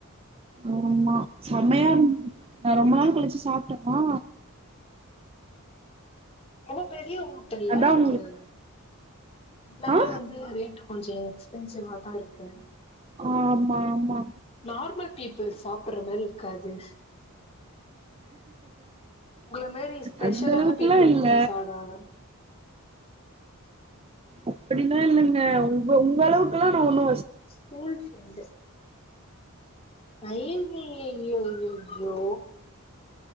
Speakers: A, on the right; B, on the left.
A: ஆம்மா செம்மையா இருந்த நான் ரொம்ப நாள் கழிச்சு சாப்பிட்டோம
B: ரொம்ப பெரிய ஓட்டல் இல்ல
A: அதா
B: அது
A: உங்களுக்கு
B: எல்லாமே
A: ஆ
B: வந்து ரேட்டு கொஞ்ச எக்ஸ்பென்சிவா தான் இருக்கு
A: ஆ ஆமாம்மா
B: நார்மல் பீப்பிள் சாப்பிடுற மாரி இருக்காது உங்கள மாரி ஸ்பெஷலான
A: அந்த அளவுக்குல்லா
B: பீப்புள்ஸ்
A: இல்ல
B: தா சாப்டுவாங்க
A: அப்படிலாம் இல்லங்க உங்க உங்க அளவுக்குல்லா ந ஒண்ணு
B: ஸ்கூல் ஃப்ரெண்டு அய்யய்யய்யோயோயோ